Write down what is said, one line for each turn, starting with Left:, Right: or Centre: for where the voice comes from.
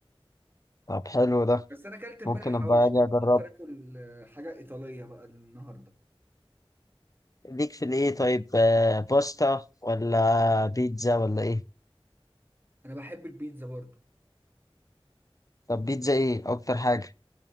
Left: طب حلو ده
Right: بس انا اكلت امبارح
Left: ممكن
Right: حواوشي
Left: ابقى اجي اجرب
Right: بفكر اكل آه، حاجه ايطاليه بقى النهارده
Left: ليك في الايه طيب آه، باستا ولا بيتزا ولا ايه
Right: انا بحب البيتزا برضو
Left: طب بيتزا ايه اكتر حاجة